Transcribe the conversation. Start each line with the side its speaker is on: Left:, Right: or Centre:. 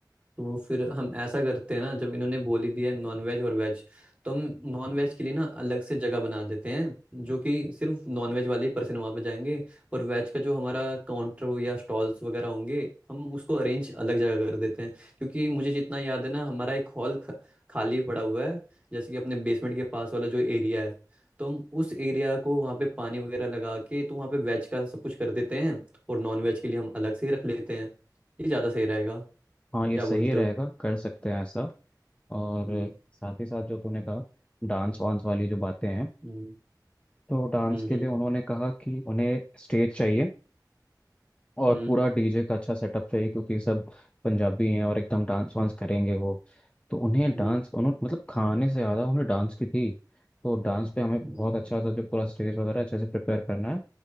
Right: तो फिर हम ऐसा करते हैं ना जब इन्होंने बोली दी है नॉन वेज और वेज तो हम नॉन वेज के लिए ना अलग से जगह बना देते हैं जो कि सिर्फ नॉन वेज वाले ही पर्सन वहाँ पे जाएंगे और वेज का जो हमारा काउंटर हो या स्टॉल्स वगैरह होंगे हम उसको अरेंज अलग जगह कर देते हैं क्योंकि मुझे जितना याद है ना हमारा एक हॉल ख, खाली पड़ा हुआ है जैसे कि अपने बेसमेंट के पास वाला जो एरिया है तो हम उस एरिया को वहाँ पे पानी वगैरह लगा के तो वहाँ पे वेज का सब कुछ कर देते हैं और नॉन वेज के लिए हम अलग से ही रख लेते हैं ये ज़्यादा सही रहेगा
Left: हाँ ये
Right: क्या
Left: सही
Right: बोलते
Left: रहेगा
Right: हो
Left: कर सकते हैं ऐसा और
Right: हम्म
Left: साथ ही साथ जो तूने कहा डांस वांस वाली जो बातें हैं
Right: हम्म
Left: तो डांस
Right: हम्म
Left: के लिए उन्होंने कहा कि उन्हें स्टेज चाहिए और
Right: हम्म
Left: पूरा डीजे का अच्छा सेटअप चाहिए क्योंकि सब पंजाबी हैं और एकदम डांस वांस करेंगे वो तो उन्हें
Right: हम्म,
Left: डांस उन्होंने मतलब खाने से ज़्यादा उन्हें डांस की थी तो डांस पे हमें
Right: हम्म,
Left: बहुत अच्छा सा जो पूरा स्टेज वगैरह अच्छे से प्रिपेयर करना है